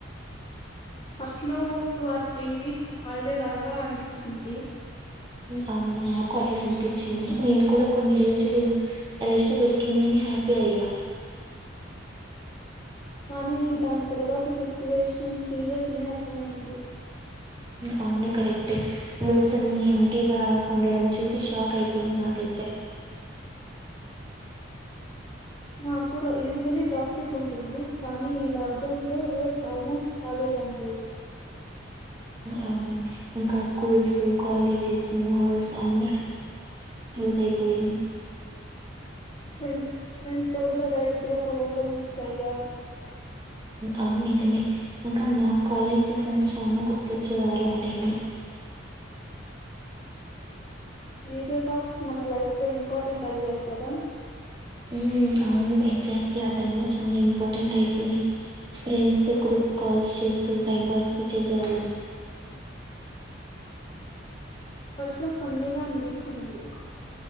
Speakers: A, on the left (about 25°); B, on the right (about 20°).
A: ఫస్ట్ లో two or three weeks holiday లాగా అనిపించింది
B: అవునా నాకు అట్లా అనిపించింది నేను కూడా కొన్ని రోజులు రేస్ట్ దొరికిందని హ్యాపీ అయ్యా
A: కానీ దాని తర్వాత సిచ్యువేషన్ సీరియస్ అని అర్థమైంది
B: అవును కరెక్ట్ ఏ రోడ్స్ అన్ని ఏంటీగా ఉండడం చూసి షాక్ అయిపోయింది నాకు అయితే
A: నాకు కూడా యూజువలీ ట్రాఫిక్ ఉంటుంది కానీ లాక్డౌన్ లో రోడ్స్ ఆల్మోస్ట్ ఖాళీ కండేది
B: అవును ఇంకా స్కూల్స్ కాలేజెస్ మాల్స్ అన్ని క్లోజ్ అయిపోయింది
A: ఫ్రెం ఫ్రెండ్స్ తో కూడా డైరెక్ట్ గా కలవడం మిస్ అయ్యా
B: అవును నిజమే ఇంకా నా కాలేజ్ ఫ్రెండ్స్ చాల గుర్తొచ్చేవారు ఆ టై లో
A: వీడియో కాల్స్ మన లైఫ్ లో ఇంపార్టెంట్ అయ్యాయి కదా
B: హ్మ్ అవును ఎగ్జాక్ట్లీ ఆ టైమ్ లో చిన్న ఇంపార్టెంట్ అయిపోయినాయి ఫ్రెండ్స్ తో గ్రూప్ కాల్స్ చేస్తూ టైం పాస్ చేసేవాళ్ళం
A: ఫస్ట్ లో ఫన్నీగా అనిపించింది